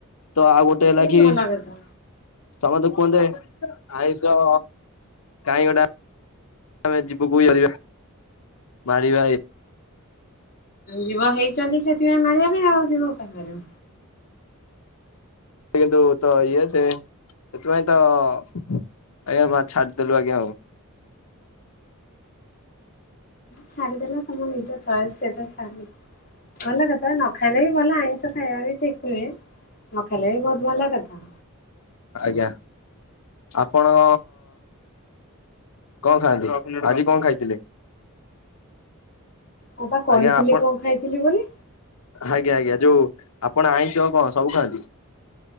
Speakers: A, on the left; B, on the left.
A: ତ ଆଉ ଗୋଟେ ହେଲା
B: ଏ
A: କି
B: ଭଲ କଥା।
A: ସମତେ କୁହନ୍ତେ ଆଇଁଷ କାଇଁ ଗୋଟା ଆମେ ଯିବୁକୁମାରିବା ପାରିବା ଏ
B: ଯିବ ହେଇଚନ୍ତି ସେଥିପାଇଁ ମାରିବା ପାଇଁ ଆଉ ଯିବ କାଇଁ ମାରିବ।
A: କିନ୍ତୁ ତ ଇଏ ଯେ ସେଥିପାଇଁ ତ ଆଜ୍ଞା ମା ଛାଡ଼ିଦେଲୁ ଆଜ୍ଞା ଆଉ।
B: ଛାଡିଦେଲ ତମ ନିଜ ଚଏସ୍ ସେଟା ଛା ଭଲ କଥା ନ ଖାଇଲେ ବି ଭଲ ଆଇଁଷ। ହାଇବା ବି ଚିକେନ ନ ଖାଇଲେ ବି ବହୁତ ଭଲ କଥା।
A: ଆଜ୍ଞା ଆପଣ କଣ ଖାଆନ୍ତି ଆଜି କଣ ଖାଇଥିଲେ।
B: ମୁଁ ପା କହିଥିଲି
A: ଆଜ୍ଞା ଆପଣ
B: କଣ ଖାଇଥିଲି ବୋଲି।
A: ଆଜ୍ଞା ଆଜ୍ଞା ଯୋଉ ଆପଣ ଆଇଁଷ କଣ ସବୁ ଖାଆନ୍ତି।